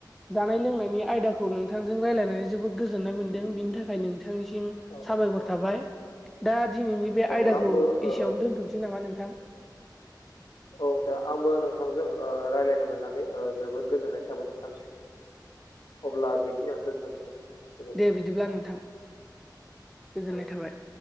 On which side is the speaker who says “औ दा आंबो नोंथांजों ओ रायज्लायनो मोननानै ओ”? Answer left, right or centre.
Left